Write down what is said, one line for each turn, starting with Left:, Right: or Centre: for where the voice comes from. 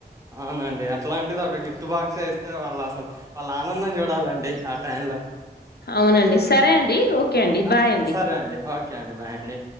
Right: అవునండి అట్లాంటిది ఒక గిఫ్ట్ బాక్సే ఇస్తే వాళ్ళు అసలు వాళ్ళ ఆనందం చూడాలండి ఆ టైమ్ లో
Left: అవునండి సరే అండి ఓకే అండి
Right: ఆ!
Left: బాయ్ అండి
Right: సరే ఓకే అండి బాయ్ అండి